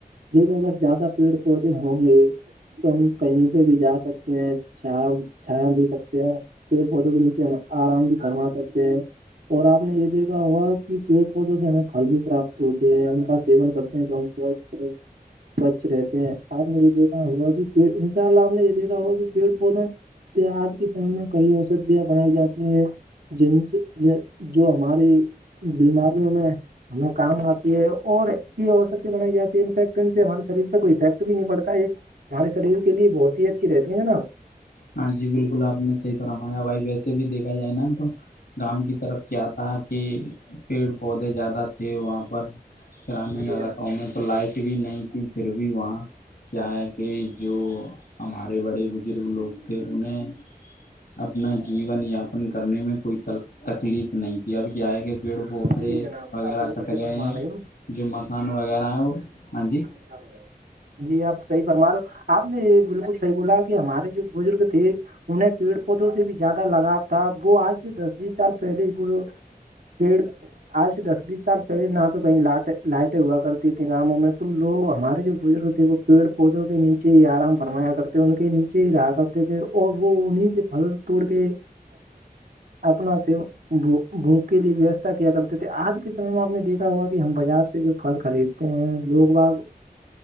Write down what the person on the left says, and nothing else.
ہاں جی بالکل آپ نے صحیح فرمایا بھائی ویسے بھی دیکھا جائے نا تو گاؤں کی طرف کیا تھا کہ پیڑ پودے زیادہ تھے وہاں پر گرامین علاقوں
میں تو لائٹ بھی نہیں پھر بھی وہاں کیا ہے کہ جو ہمارے بڑے بزرگ لوگ کہ انہیں اپنا جیون یاپن کرنے میں کوئی تکلیف نہیں تھی اب کیا ہے کہ پیڑ پودے
وغیرہ
کٹ
گئے
ہیں
جو مکان وغیرہ ہے وہ ہاں جی